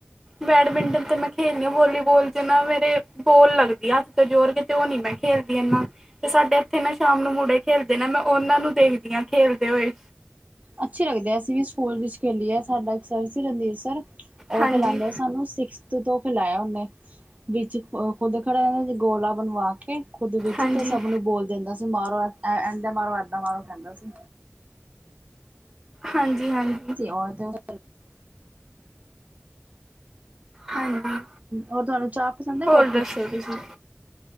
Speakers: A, in the centre; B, on the right.
A: ਬੈਡਮਿੰਟਨ ਤੇ ਮੈਂ ਖੇਲਣੀ ਹਾਂ ਵੋਲੀਬੋਲ ਚ ਨਾ ਮੇਰੇ ਬੋਲ ਲੱਗਦੀ ਹੱਥ ਤੇ ਜੋਰ ਕੇ ਤੇ ਉਹ ਨੀ ਮੈਂ ਖੇਲਦੀ ਏਨਾ। ਤੇ ਸਾਡੇ ਇੱਥੇ ਨਾ ਸ਼ਾਮ ਨੂੰ ਮੁੜੇ ਖੇਲਦੇ ਏ ਨਾ ਮੈਂ ਉਹਨਾਂ ਨੂੰ ਦੇਖਦੀ ਹਾਂ ਖੇਲਦੇ ਹੋਏ।
B: ਅੱਛੇ ਲੱਗਦੇ ਏ, ਅਸੀਂ ਵੀ ਸਕੂਲ ਵਿੱਚ ਖੇਲੀਏ ਸਾਡਾ ਇੱਕ ਸਰ ਸੀ ਰਣਧੀਰ ਸਰ। ਉਹ
A: ਹਾਂਜੀ
B: ਖਿਲਾਂਂਦਾ ਸਾਨੂੰ ਸਿਕਸਥ ਤੋਂ ਖਿਲਾਇਆ ਉਹਨੇ। ਵਿੱਚ ਖੁੱਦ ਖੜਾ ਹੋ ਜਾਂਨਾ, ਗੋਲਾ ਬਣਵਾ ਕੇ ਖੁੱਦ ਵਿੱਚ
A: ਹਾਂਜੀ
B: ਤੇ ਸਭ ਨੂੰ ਬੋਲ ਦਿੰਦਾ ਸੀ ਮਾਰੋ ਇਦਾਂ ਮਾਰੋ ਏਦਾਂ ਮਾਰੋ ਕਹਿੰਦਾ ਸੀ।
A: ਹਾਂਜੀ ਹਾਂਜੀ
B: ਔਰ <unintelligible> <unintelligible>
A: ਹਾਂਜੀ
B: ਹੋਰ ਤੁਹਾਨੂੰ ਚਾਹ ਪਸੰਦ ਏ
A: ਹੋਰ
B: ਕੋਫੀ।
A: ਦੱਸੋ ਤੁਸੀਂ